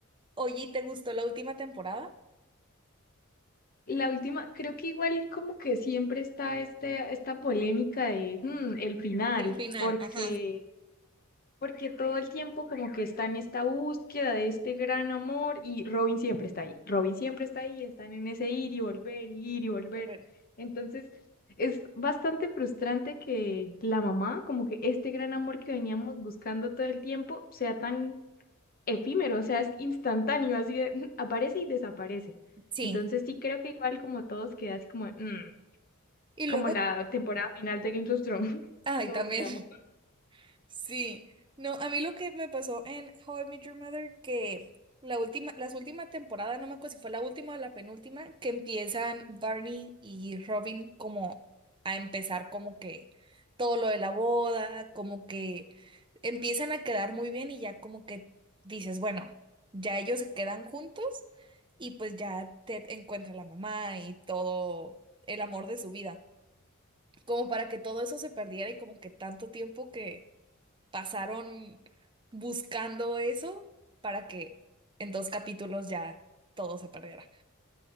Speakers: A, on the right; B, on the left.
A: Oye, ¿y ¿te gustó la última temporada?
B: La última, creo que igual como que siempre está este, esta polémica de mm, el final,
A: El final,
B: porque,
A: ajá.
B: porque todo el tiempo como que está en esta búsqueda de este gran amor y Robin siempre está ahí, Robin siempre está ahí, están en ese ir y volver, y ir y volver.
A: volver.
B: Entonces, es bastante frustrante que la mamá, como que este gran amor que veníamos buscando todo el tiempo, sea tan efímero, o sea, es instantáneo, así de, <laughs> aparece y desaparece.
A: Sí.
B: Entonces sí creo que igual como todos queda así como, "Mm",
A: Y
B: como
A: luego,
B: la temporada final de Game of Thrones, <laughs>
A: ay,
B: todos
A: también,
B: quedamos
A: <laughs> sí. No, a mí lo que me pasó en How I Met Your Mother, que la última, las últimas temporadas, no me acuerdo si fue la última o la penúltima, que empiezan Barney y Robin como a empezar como que todo lo de la boda, como que empiezan a quedar muy bien y ya como que dices, bueno, ya ellos se quedan juntos y pues ya Ted encuentra a la mamá y todo el amor de su vida. como para que todo eso se perdiera y como que tanto tiempo que pasaron buscando eso para que en dos capítulos ya todo se perdiera